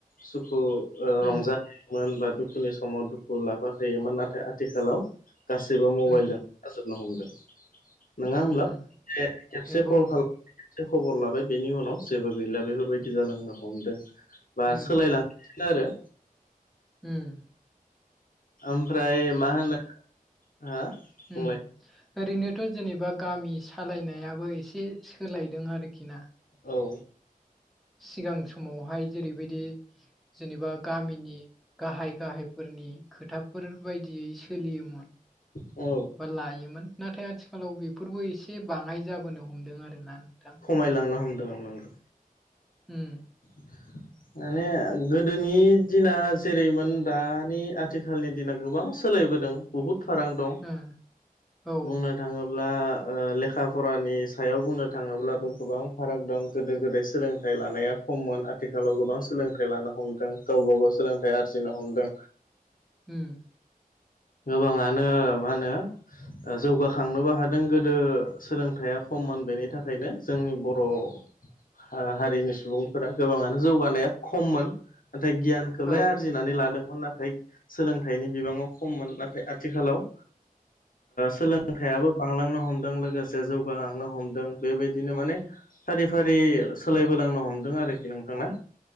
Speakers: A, on the left (about 65°); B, in the centre.
A: सुखु ओ
B: उम
A: रंजायोमोन बा दुखुनि समाव दुखु लाफाखैयोमोन नाथाय आथिखालाव गासैबो मबाइलजों
B: उम
A: जाजोबनो हमदों नङा
B: उम
A: होमब्ला <inaudible> खेबसे
B: नंगौ
A: कल
B: नंगौ
A: खालाम खेबसे खबर लाबाय बेनि उनाव जेबो गैला बेफोरबायदि जालांनो हमदों बा
B: उम
A: सोलायलां नो आरो
B: होम
A: ओमफ्राय मा होनो हा
B: होम
A: बुंलाय
B: ओरैनोथ' जेनेबा गामि सालायनायाबो एसे सोलायदों आरोखि ना
A: औ
B: सिगां समावहाय जेरैबायदि जेनेबा गामिनि गाहाय गाहायफोरनि खोथाफोर बायदियै सोलियोमोन
A: औ
B: बा लायोमोन नाथाय आथिखालाव बेफोरबो एसे बाङाय जाबोनो हमदों आरो ना नोंथां
A: खमायलांनो हमदों औ नंगौ
B: ओम
A: <unintelligible> माने गोदोनि दिना जेरैमोन दानि आथिखालनि दिना गोबां सोलायबोदों बहुद फारां दं
B: ओ औ
A: बुंनो बुंनो थाङोब्ला लेखा फरानि सायाव बुंनो थाङोब्लाबो गोबां फाराग दं गोदो गोदाय सोलोंथाइ लानाया खममोन आथिखालाव गोबां सोलोंथाइ लानो हमदों गावबा गाव सोलोंथाइ आरजिनो हमदों
B: ओम
A: गोबाङानो मा होनो ओ जौगाखांनोबो हादों गोदो सोलोंथाइया खममोन बेनि थाखायनो जोंनि बर' हा-हारिनि सुबुंफोरा गोबाङानो जौगानाया खममोन नाथाय गियानखौलाय
B: औ
A: आरजिनानै लादोंमोन नाथाय सोलोंथाइनि बिबाङाव खममोन नाथाय आथिखालाव सोलोंथाइयाबो बांलांनो हमदों लोगोसे जौगाहांनो हमदों बेबायदिनो माने फारि फारि सोलायबो लांनो हमदों आरोखि नोंथांा